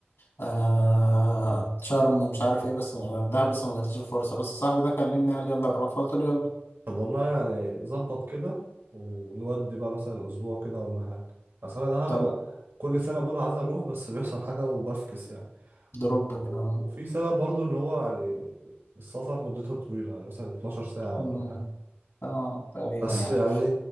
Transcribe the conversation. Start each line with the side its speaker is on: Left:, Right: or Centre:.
Left: آه شرم مش عارف ايه بس دهب لسه ما جاتليش الفرصه بس صاحبي ده كلمني قال لي يلا نروح فقلت له يلا
Right: طب والله يعني ظبط كده ونودي بقى مثلا اسبوع كده ولا حاجة اصل انا دهب
Left: طب
Right: انا كل سنة بقول عايز اروح بس بيحصل حاجة وبفكس يعني
Left: دروب
Right: و... و-
Left: كده
Right: وفي سبب برضو اللي هو يعني السفر مدته طويلة يعني مثلا 12 ساعة ولا
Left: مم،
Right: حاجة
Left: اه تقريبا
Right: بس
Left: يعني
Right: يعني